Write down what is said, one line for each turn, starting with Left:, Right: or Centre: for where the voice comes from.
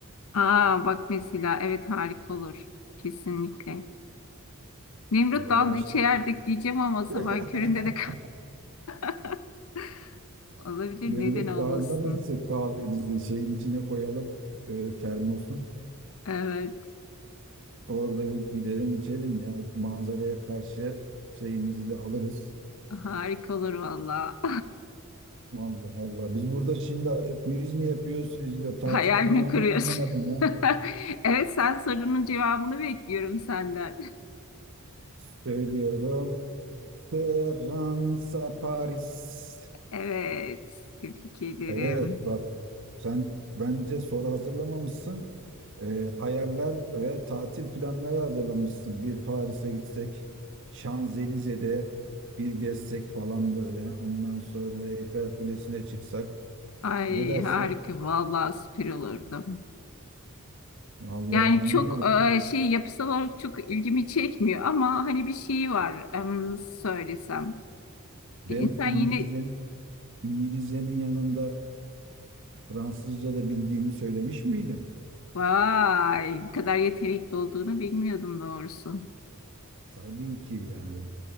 Left: Aa bak mesela evet harika olur. Kesinlikle. Nemrut
Right: Vallahi
Left: Dağı'nda
Right: işte
Left: içerdik diyeceğim ama sabah
Right: <laughs>
Left: köründe de <laughs> olabilir.
Right: Nemrut
Left: Neden olmasın?
Right: Dağı'nda mı içsek kahvemizi şeyin içine koyalım e, termosun.
Left: Evet
Right: Orada gö- gidelim içelim ya manzaraya karşı şeyimizi de alırız.
Left: harika olur valla.
Right: Allah Allah. Biz burada şimdi e, quiz mi yapıyoruz? Ya, tatil
Left: <laughs> Hayal
Right: planımı
Left: mi kuruyorsun?
Right: anlamadım ya.
Left: <laughs> Evet sen sorunun cevabını bekliyorum senden.
Right: Söylüyorum. Fransa, Paris.
Left: <laughs> Evet tebrik ederim.
Right: Evet bak sen bence soru hazırlamamışsın. Ee, hayaller ve tatil planları hazırlamışsın. Bir Paris'e gitsek, Şanzelize'de bir gezsek falan böyle. Ondan sonra Eyfel Kulesi'ne çıksak.
Left: Ay
Right: Ne dersin?
Left: harika valla süper olurdu.
Right: Vallahi
Left: Yani
Right: bilmiyorum.
Left: çok e, şey yapısal olarak çok ilgimi çekmiyor ama hani bir şey var em, söylesem.
Right: Ben
Left: E, insan
Right: İngilizcenin,
Left: yeni
Right: İngilizcenin yanında Fransızca da bildiğimi söylemiş miydim?
Left: vay bu kadar yetenekli olduğunu bilmiyordum doğrusu.
Right: Tabii ki yani